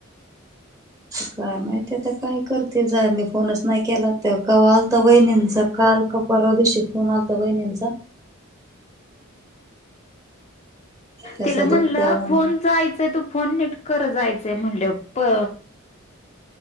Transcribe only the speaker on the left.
तला म्हणलं
फोन जायचंय तो फोन नट खरं जायचंय म्हणलव प